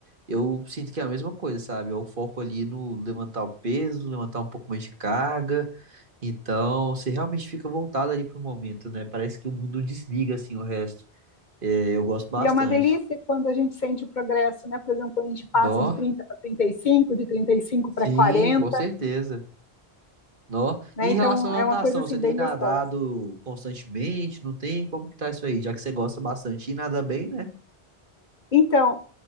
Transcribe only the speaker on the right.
eu sinto que é a mesma coisa, sabe? É o foco ali no levantar o peso, levantar um pouco mais de carga. Então, você realmente fica voltado ali pro momento, né? Parece que o mundo desliga, assim, o resto. É, eu gosto bastante.
Nó?
Sim,
com certeza. Nó.
E em
relação à
natação,
você tem
nadado
constantemente? Não tem? Como que tá isso aí? Já que você gosta bastante e nada bem, né?